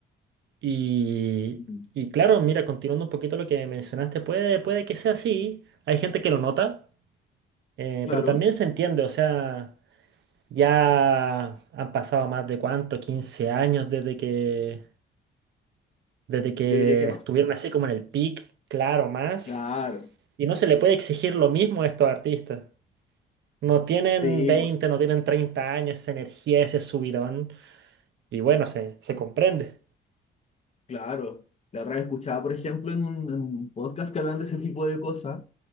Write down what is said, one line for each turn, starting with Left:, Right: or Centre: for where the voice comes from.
Right: Y,
Left: Ujú.
Right: y claro, mira, continuando un poquito lo que mencionaste, puede, puede que sea así, hay gente que lo nota, eh,
Left: claro.
Right: pero también se entiende, o sea, ya han pasado más de cuánto, 15 años desde que, desde que
Left: Yo diría que
Right: estuvieron
Left: más.
Right: así como en el peak, claro, más,
Left: Claro.
Right: y no se le puede exigir lo mismo a estos artistas. No tienen
Left: Sí,
Right: 20
Left: pues,
Right: no tienen 30 años, esa energía, ese subidón. Y bueno, se, se comprende.
Left: claro. La otra vez escuchaba, por ejemplo, en un, en un podcast que hablan de ese tipo de cosas.